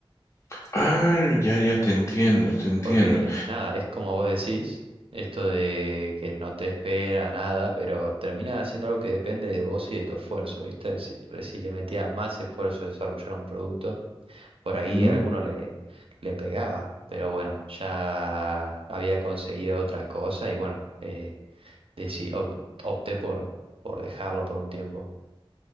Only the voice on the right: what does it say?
Porque nada, es como vos decís, esto de que no te espera nada, pero termina haciendo algo que depende de vos y de tu esfuerzo, ¿viste? Si, por ahí si le metías más esfuerzo a desarrollar un producto, por ahí
a alguno le, le pegaba. Pero bueno, ya había conseguido otra cosa y bueno, eh, deci- op- opté por, por dejarlo por un tiempo.